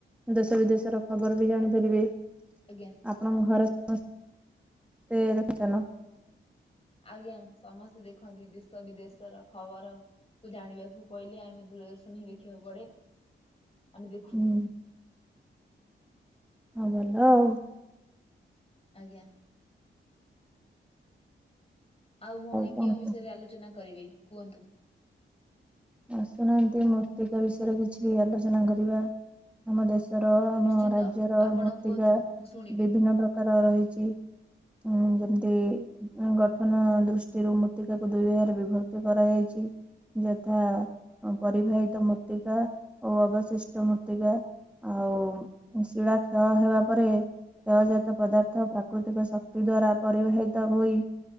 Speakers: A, in the centre; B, on the left.
A: ଦେଶ ବିଦେଶର ଖବର ବି ଜାଣିପାରିବେ।
B: ଆଜ୍ଞା।
A: ଆପଣଙ୍କ ଘର ସମସ୍ତେ ଦେଖୁଛନ?
B: ଆଜ୍ଞା ସମସ୍ତେ ଦେଖନ୍ତି ଦେଶ ବିଦେଶର ଖବର। କୁ ଜାଣିବାକୁ ପଇଲେ ଆମେ ଦୂରଦର୍ଶନ ହିଁ ଦେଖିବାକୁ ପଡେ। ଆମେ ଦେଖୁ।
A: ହୁଁ ହଁ ଭଲ ଆଉ।
B: ଆଜ୍ଞା। ଆଉ ଭଉଣୀ
A: କଣ
B: କେଉଁ ବିଷୟରେ
A: କୁହ
B: ଆଲୋଚନା କରିବେ କୁହନ୍ତୁ?
A: ଆସୁ ନାହାନ୍ତି ମର୍ତ୍ତିକା ବିଷୟରେ କିଛି ଆଲୋଚନା କରିବା। ଆମ ଦେଶର ଆମ
B: ନିଶ୍ଚିନ୍ତ
A: ରାଜ୍ୟର
B: ଆପଣ
A: ମୂର୍ତ୍ତିକା
B: କୁହନ୍ତୁ ମୁଁ ଶୁଣିବି
A: ବିଭିନ୍ନ ପ୍ରକାର ରହିଚି। ହଁ ଯେମତି ଗଠନ ଦୃଷ୍ଟିରୁ ମୃତ୍ତିକାକୁ ଦୁଇ ଭାଗରେ ବିଭକ୍ତି କରାଯାଇଛି। ଯ ଥା ଅଁ, ପରିବାହିତ ମୃର୍ତ୍ତିକା ଓ ଅବଶିଷ୍ଟ ମୂର୍ତ୍ତିକା। ଆଉ ଶିଳା କ୍ଷୟ ହେବା ପରେ କ୍ଷୟଜାତ ପଦାର୍ଥ ପ୍ରାକୃତିକ ଶକ୍ତି ଦ୍ଵାରା ପରିବାହିତ ହୋଇ